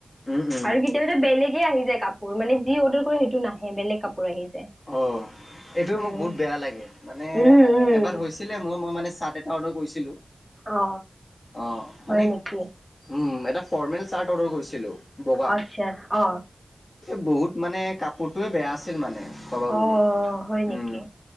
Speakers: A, on the left (about 35°); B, in the centre.
A: উম, উম,
B: আৰু কেতিয়াবা বেলেগে আহি যায় কাপোৰ। কাপোৰ মানে যি অৰ্ডাৰ কৰে সেইটো নাহে, বেলেগ কাপোৰ আহি যায়
A: অহ এইটোয়ে
B: উম
A: মোক বহুত বেয়া লাগে, মানে
B: উম উম
A: এবাৰ হৈছিলে মোৰ মই মানে চা অৰ্ডাৰ কৰিছিলোঁ,
B: অ
A: অহ মানে
B: হয় নেকি
A: উম এটা ফৰ্মেল চাৰ্ট অৰ্ডাৰ কৰিছিলোঁ। বগা,
B: আচ্ছা অ
A: এই বহুত মানে কাপোৰটোৱে বেয়া আছিল মানে। কবা বুলি
B: অহ হয় নেকি।
A: উম